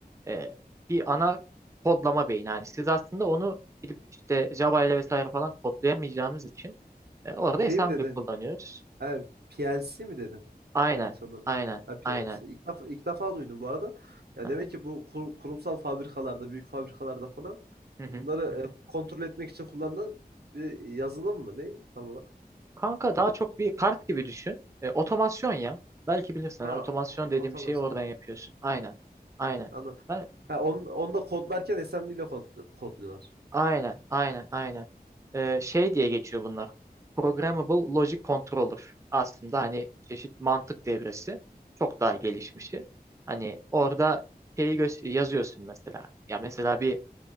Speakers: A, on the right (about 20°); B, on the right (about 80°).
A: e, bir ana kodlama beyni. Yani siz aslında onu gidip işte Java ile vesaire falan kodlayamayacağımız için e, orada
B: şey
A: assembly
B: mi dedin?
A: kullanıyoruz.
B: Ha, PLC mi dedin?
A: Aynen,
B: Yanlış anlamadım.
A: aynen,
B: Ha PLC.
A: aynen.
B: İlk defa, ilk defa duydum bu arada. Ya
A: Hı
B: demek
A: hı,
B: ki bu kur- kurumsal fabrikalarda, büyük fabrikalarda falan
A: hı
B: bunları
A: hı, hı hı.
B: e, kontrol etmek için kullanılan bir yazılım mı? Ne tam olarak?
A: Kanka daha çok bir kart gibi düşün. E, otomasyon ya. Belki bilirsin.
B: Ha,
A: hani Otomasyon
B: o-
A: dediğim
B: otomasyon.
A: şeyi oradan yapıyorsun. Aynen, aynen.
B: Hmm, anladım.
A: Ben
B: Ha, onu, onu da kodlarken assembly ile kod- kodluyorlar.
A: Aynen, aynen, aynen.
B: Hmm,
A: Ee, şey diye geçiyor bunlar. Programmable Logic Controller. Aslında hani bir çeşit mantık devresi. Çok daha gelişmişi. Hani orada şeyi gö- yazıyorsun mesela. Ya mesela bir